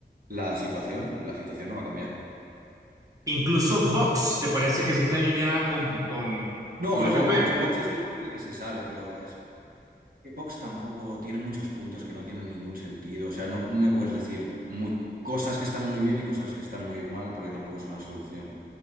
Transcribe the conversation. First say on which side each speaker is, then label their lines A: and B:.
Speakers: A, on the right (about 50°); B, on the right (about 20°).
A: la situación, la situación no va a cambiar.
B: Incluso Vox, ¿te parece que sí está alineada con, con,
A: No,
B: con
A: no,
B: el PP?
A: Vox, Vox es la única que se sale, pero es que Vox tampoco tiene muchos puntos que no tienen ningún sentido. O sea, no me puedes decir muy, cosas que están muy bien y cosas que están muy mal porque tampoco es una solución.